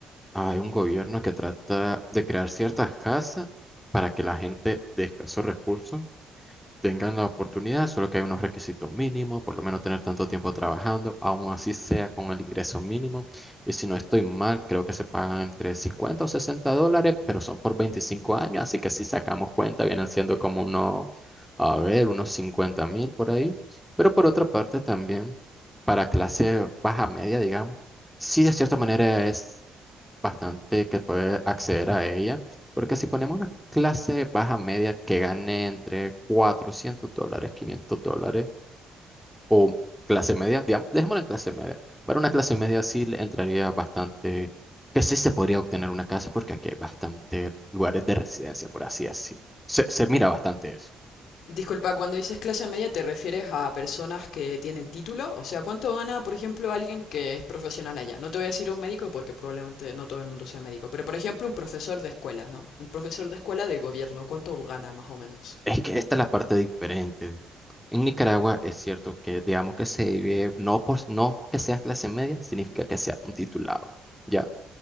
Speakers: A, in the centre; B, on the left.
A: hay un gobierno que trata de crear ciertas casas para que la gente de escasos recursos tengan la oportunidad, solo que hay unos requisitos mínimos, por lo menos tener tanto tiempo trabajando, aún así sea con el ingreso mínimo. Y si no estoy mal, creo que se pagan entre 50 o 60 dólares, pero son por 25 años, así que si sacamos cuenta, vienen siendo como unos, a ver, unos cincuenta mil por ahí. Pero por otra parte, también para clase baja media, digamos, sí de cierta manera es bastante que puede acceder a ella, porque si ponemos una clase baja media que gane entre 400 dólares, 500 dólares, o clase media, digamos, dejémoslo en clase media, para una clase media sí le entraría bastante, que sí se podría obtener una casa, porque aquí hay bastante lugares de residencia, por así decirlo. Se, se mira bastante eso.
B: Disculpa, cuando dices clase media, ¿te refieres a personas que tienen título? O sea, ¿cuánto gana, por ejemplo, alguien que es profesional allá? No te voy a decir un médico porque probablemente no todo el mundo sea médico, pero por ejemplo, un profesor de escuela, ¿no? Un profesor de escuela de gobierno, ¿cuánto gana más o menos?
A: Es que esta es la parte diferente. En Nicaragua es cierto que digamos que se vive, no, por, no que seas clase media, significa que seas un titulado. ¿ya?